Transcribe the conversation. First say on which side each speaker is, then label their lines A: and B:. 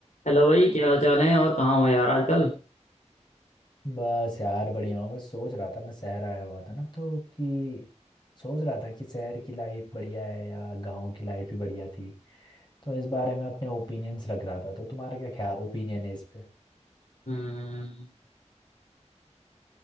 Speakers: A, on the left; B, on the left.
A: हेलो भाई क्या हाल चाल है और कहाँ हो यार आजकल
B: बस यार बढ़िया हूँ बस सोच रहा था मैं शहर आया हुआ था ना तो कि सोच रहा था कि शहर की लाइफ बढ़िया है या गांव की लाइफ ही बढ़िया थी तो इस बारे में अपने ओपिनियंस रख रहा था तो तुम्हारा क्या क्या ओपिनियन है इस पे
A: हम्म,